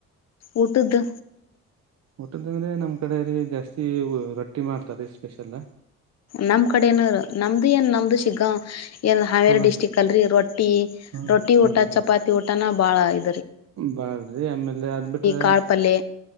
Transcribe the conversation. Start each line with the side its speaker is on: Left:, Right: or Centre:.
Left: ಉಟ್ಟದು.
Right: ಊಟದ ಅಂದ್ರೆ ನಮ್ ಕಡೆ ರ ಜಾಸ್ತಿ ರೊಟ್ಟಿ ಮಾಡ್ತಾರೆ ಸ್ಪೆಷಲ್.
Left: ನಮ್ ಕಡೆ ಏನ ನಮ್ದು ಏನ್ ನಮ್ದು ಸಿಗ್ಗಾ ಎನ್. ಹಾವೇರಿ
Right: ಹ್ಮ
Left: ಡಿಸ್ಟಿಕ್ ಅಲ್ಲಿ ಇ. ರೊಟ್ಟಿ
Right: ಹ್ಮ
Left: ರೊಟ್ಟಿ
Right: ಹ್ಮ
Left: ಊಟ
Right: ರೀ
Left: ಚಪಾತಿ ಊಟನ ಬಾಳ ಇ.
Right: ಬಾಳ್ರಿ ಆಮೇಲೆ ಅದ್ ಬಿಟ್ರ
Left: ಕಾಳ್ ಪಲ್ಯ